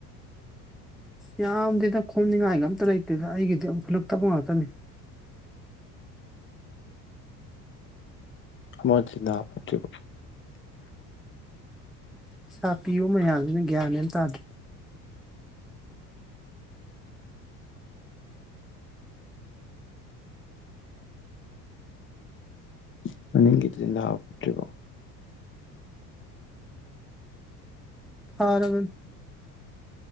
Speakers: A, in the centre; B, on the left.
A: ꯌꯥꯝꯗꯦꯅ ꯈꯣꯝꯅꯤꯉꯥꯏꯒ ꯑꯝꯇ ꯂꯩꯇꯦꯗ ꯑꯩꯒꯤꯗꯤ ꯑꯃꯨꯛꯈꯠꯂꯛꯇꯕ ꯉꯥꯛꯇꯅꯤ
B: ꯑꯃ ꯗꯤꯅꯥ ꯐꯠꯇ꯭ꯔꯤꯕꯣ
A: ꯄꯩꯁꯥ ꯄꯤꯌꯨ ꯃꯌꯥꯝꯁꯤꯅ ꯒ꯭ꯌꯥꯟ ꯃꯦꯟ ꯇꯥꯗ꯭ꯔꯦ
B: <unintelligible>
A: ꯐꯔꯕꯅꯤ